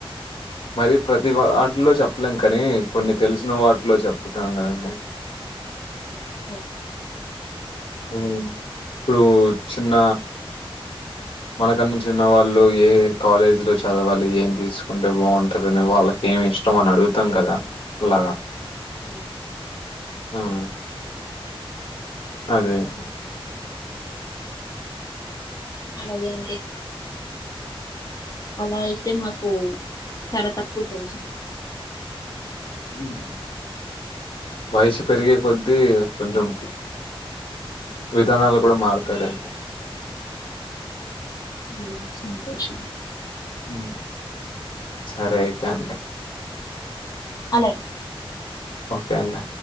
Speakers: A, on the left (about 70°); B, on the left (about 40°).
A: మరి ప్రతి వాటిలో చెప్పలేం కానీ కొన్ని తెలిసిన వాటిలో చెప్తాం కదండీ
B: ఓ
A: ఉమ్ ఇప్పుడు చిన్న మనకన్న చిన్న వాళ్ళు ఏ కాలేజీలో చదవాలి ఏం తీసుకుంటే బాగుంటదని వాళ్ళకి ఏమి ఇష్టం అని అడుగుతాం కదా అలాగా
B: హమ్
A: ఆమ్ అదే అండి
B: అలాగే అండి అలా అయితే మాకు చాలా తక్కువ తెలుసు
A: ఉమ్ వయసు పెరిగే కొద్దీ కొంచెం విధానాలు కూడా మారుతాయిలేండి
B: అమ్ సంతోషం
A: ఉమ్ సరే అయితే అండి
B: అలాగే
A: ఓకే అండి